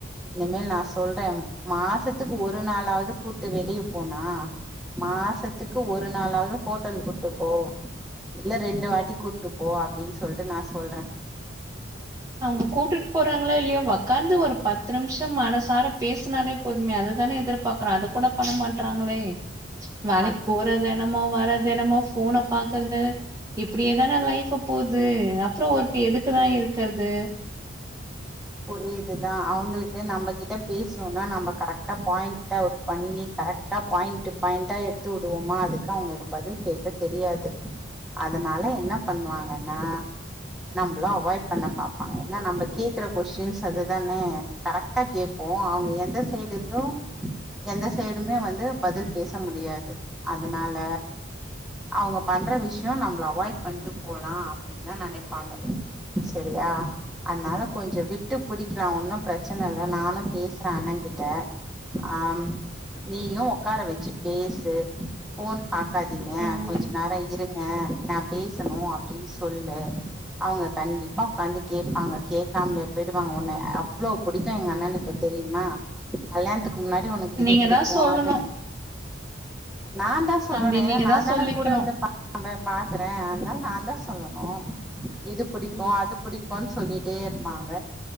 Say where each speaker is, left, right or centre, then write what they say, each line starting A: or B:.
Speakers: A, in the centre; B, on the right.
A: இனிமேல் நா சொல்றே மாசத்துக்கு ஒரு நாளாவ்து கூப்டு வெளிய போணா மாசத்துக்கு ஒரு நாளவ்து ஹோட்டல் கூட்டு போ இல்ல ரெண்டு வாட்டி கூட்டு போ அப்டின் சொல்ட்டு நா சொல்றே
B: அவுங்க கூட்டுட்டு போறாங்களோ இல்லியோ உக்காது ஒரு பத்து நிமிஷம் மனசார பேசுனாலே போதுமே அதுதானே எதிர்பாக்றோ அது கூட பண்ண மாட்றாங்ளே வேலைக்
A: அது
B: போறது என்னமோ வற்து என்னமோ போன பாக்றது இப்டியேதானே லைஃப் போது அப்ற ஒர்தி எதுகுதா இருக் க்கறது
A: ஒரு இதுதா அவுங்களுக்கு நம்ப கிட்ட பேசுணுனா நம்ம கரெட்டா பாயிண்ட ஒர்க் பண்ணி கரெக்டா பாயிண்ட பாயிண்டா எடுத்து வுடுவோமா அதுக்கு அவுளுக்கு பதில் பேச தெரியாது அதனால என்ன பண்ணுவாங்கனா நம்ள அவாய்ட் பண்ண பாப்பாங்க ஏனா நம்ம கேக்குற கொஸ்டின்ஸ் அதுதான கரெக்டா கேப்போ அவங்க எந்த சைடுருந்து எந்த சைடுமே வந்து பதில் பேச முடியாது அதனால அவங்க பண்ற விஷ்யோ நம்பள அவாய்ட்பண்டு போலா அப்பிடினு தா நெனபாங்க சரியா அன்னால கொஞ்சோ விட்டு புடிகிறா ஒன்னு பிரசன இல்ல நானு பேசுறே அண்ணகிட்ட ஆ நீயு உகார வச்சி பேசு ஃபோன் பாக்காதீங்க
B: ம்
A: கொஞ்சோ நேர இருங்க நா பேசுசணு அப்பிடின் சொல்லு அவங்க கண்டிப்பா உக்காந்து கேட்பாங்க கே காம்லே போய்டுவாங்க உன்னய அவ்ளோபுடிக்கு எங்க அண்ணனுக்கு தெரியுமா கல்யாத்க் முன்னாடி உனக்கு இது
B: நீங்க
A: புடிக்கு
B: தா சொல்லணு
A: அத நா தா சொல்லனு
B: அப்டி
A: ஏனா
B: நீங்க
A: நா
B: தா
A: தான
B: சொல்லிக்கணு
A: கூடர்ந்த் <unintelligible> பாக்குறே இதும் நான் தா சொல்லணு இது புடிக்கு
B: ம்
A: அது புடிக் வா சொல்லிட் தேர்ப்பாங்க